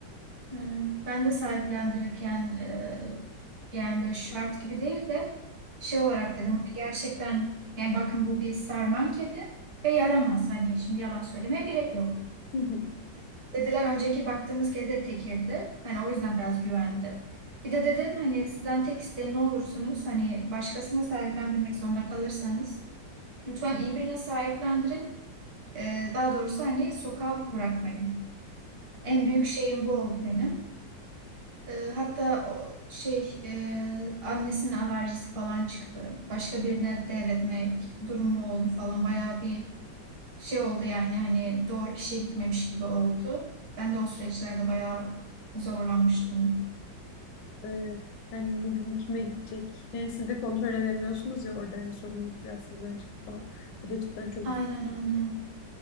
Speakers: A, on the right; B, on the left.
A: Evet, ben de sahiplendirirken e, yani böyle şart gibi değil de şey olarak dedim hani gerçekten yani bakın bu bir sarman kedi ve yaramaz hani şimdi yalan söylemeye gerek yok.
B: <laughs>
A: Dediler önceki baktığımız kedi de tekirdi. Hani o yüzden biraz güvendim. Bir de dedim hani sizden tek isteğim ne olursunuz hani başkasına sahiplendirmek zorunda kalırsanız lütfen iyi birine sahiplendirin. E, daha doğrusu hani sokağa bırakmayın. En büyük şeyim bu oldu benim. Ee, hatta o şey e, annesinin alerjisi falan çıktı. Başka birine devretmek durumu oldu falan. Bayağı bir şey oldu yani hani doğru kişiye gitmemiş gibi oldu. Ben de o süreçlerde bayağı zorlanmıştım.
B: Evet. Yani ne bileyim kime gidecek? Yani siz de kontrol edemiyorsunuz ya orada hani sorumluluk biraz sizden çıktı falan. Bu da cidden çok
A: Aynen aynen.